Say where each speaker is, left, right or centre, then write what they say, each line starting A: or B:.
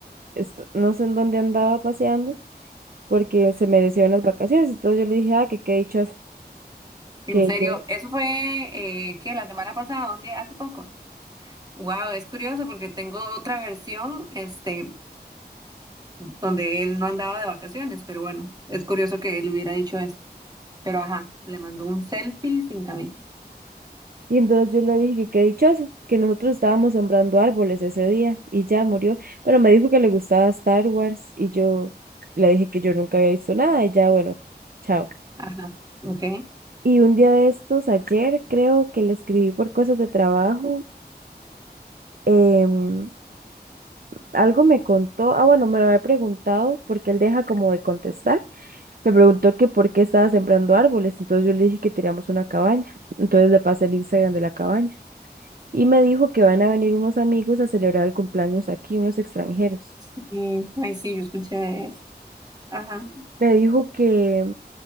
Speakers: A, on the right (about 60°); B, on the right (about 20°).
A: est- no sé en dónde andaba paseando, porque se merecieron las vacaciones. Entonces yo le dije, ah, que qué dichoso,
B: en
A: que
B: serio,
A: yo.
B: eso fue, eh, ¿qué? La semana pasada, un día, hace poco. Wow, es curioso porque tengo otra versión, este, donde él no andaba de vacaciones, pero bueno, es curioso que él hubiera dicho eso, pero ajá, le mandó un selfie sin camisa.
A: Y entonces yo le dije que qué dichoso, que nosotros estábamos sembrando árboles ese día y ya murió. Pero me dijo que le gustaba Star Wars y yo le dije que yo nunca había visto nada y ya, bueno, chao.
B: Ajá, ok.
A: Y un día de estos, ayer creo que le escribí por cosas de trabajo. em, Algo me contó, ah, bueno, me lo había preguntado porque él deja como de contestar. Me preguntó que por qué estaba sembrando árboles, entonces yo le dije que teníamos una cabaña. Entonces le pasé el Instagram de la cabaña y me dijo que van a venir unos amigos a celebrar el cumpleaños aquí, unos extranjeros.
B: Sí, ay, sí, yo escuché eso. Ajá,
A: Me dijo que,